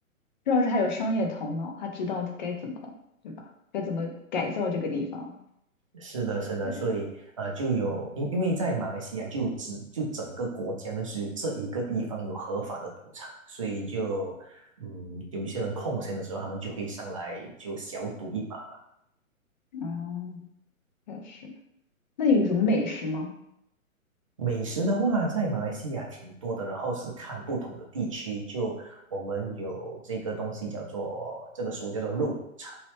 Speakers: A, on the left; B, on the right.
A: 主要是他有商业头脑，他知道该怎么，对吧？该怎么改造这个地方。
B: 是的，是的，
A: 对，
B: 所以呃，就有因因为在马来西亚就只就整个国家呢，只有这一个地方有合法的赌场，所以就嗯，有一些人空闲的时候，他们就会上来就小赌一把吧。
A: 嗯，确实。那有什么美食吗？
B: 美食的话，在马来西亚挺多的，然后是看不同的地区，就我们有这个东西叫做这个食物叫做肉骨茶，